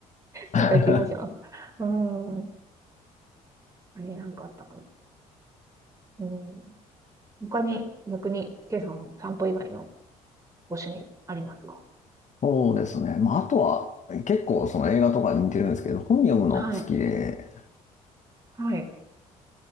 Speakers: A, on the right; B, on the left.
A: ついた気がします。
B: <laughs>
A: うん。何な何かあったかな。うん。他に逆に、ケイさん、散歩以外のご趣味ありますか
B: そうですね。まあ、あとは、結構その映画とかに似てるんですけど、本読むの好きで、
A: はい。はい。